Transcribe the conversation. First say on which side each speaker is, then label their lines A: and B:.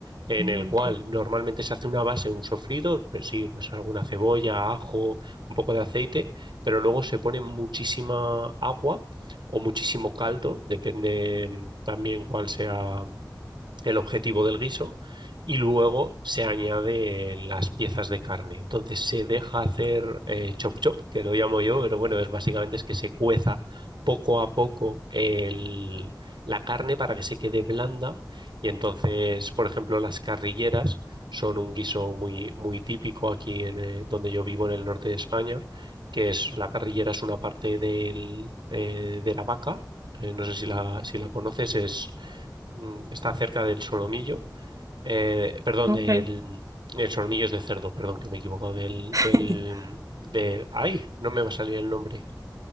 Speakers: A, on the right (about 80°); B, on the right (about 50°).
A: en
B: Ok.
A: el cual normalmente se hace una base, un sofrido, pues sí, pues alguna cebolla, ajo, un poco de aceite, pero luego se pone muchísima agua o muchísimo caldo, depende mm, también cuál sea el objetivo del guiso y luego se añade las piezas de carne. Entonces se deja hacer eh, chop chop, que lo llamo yo, pero bueno, es básicamente es que se cueza poco a poco el- la carne para que se quede blanda y entonces, por ejemplo, las carrilleras son un guiso muy, muy típico aquí en, eh, donde yo vivo en el norte de España, que es la carrillera es una parte del, eh, de la vaca, eh, no sé si la, si la conoces, es mm, está cerca del solomillo, eh, perdón,
B: Ok.
A: del, el solomillo es de cerdo, perdón, que me he equivocado, del,
B: <laughs>
A: del, de, ay, no me va a salir el nombre,